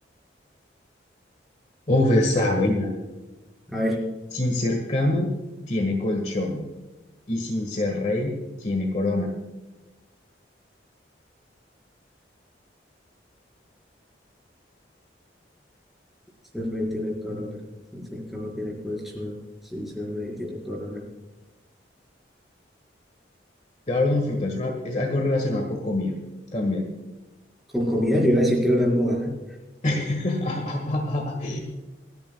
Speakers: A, on the left; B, in the centre.
A: uf, esa buena.
B: A ver.
A: Sin ser cama, tiene colchón. y sin ser rey tiene corona.
B: Si el rey tiene corona, sin ser cama tiene colchón, sin ser rey tiene corona.
A: Te voy a dar una fruta, es, una, es algo relacionado con comida también.
B: Con comida, yo iba a decir que era una almohada.
A: <laughs>